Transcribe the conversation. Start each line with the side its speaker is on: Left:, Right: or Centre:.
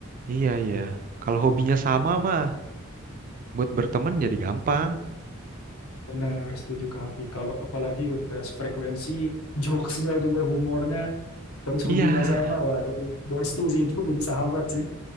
Right: iya iya kalau hobinya sama mah buat berteman jadi gampang.
Left: Benar, setuju Kak Harvey. Kalau apalagi udah frekuensi, <laughs> jokesnya juga humornya, terus hobinya
Right: Iya.
Left: sama, wah jadi bestie sih itu jadi sahabat sih.